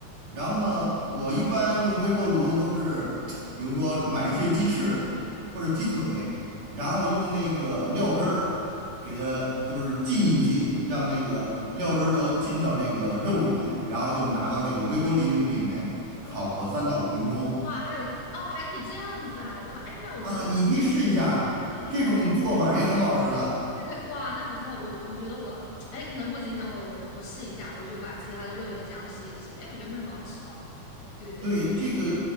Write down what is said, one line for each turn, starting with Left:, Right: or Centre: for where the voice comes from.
Right: 然后呢，我一般用微波炉都是，<tsk> 比如说买一些鸡翅或者鸡腿，然后用那个料汁儿给它就是浸一浸，让那个料汁儿都浸到这个肉里面，
Left: 哦
Right: 然后就拿到那个微波炉里面烤个三到五分钟
Left: 哦，哇，还有哦，还可以这样子啊，哇，哎，那我觉得
Right: 啊，你可以试一下，
Left: 对对对对，
Right: 这种做法儿也很好吃的。
Left: 对对，哇，那不错，我我觉得我，哎，可能过几天我我我试一下，我就把其他的肉也这样试一试，哎，我觉得会很好吃哦。对对对，
Right: 对，这个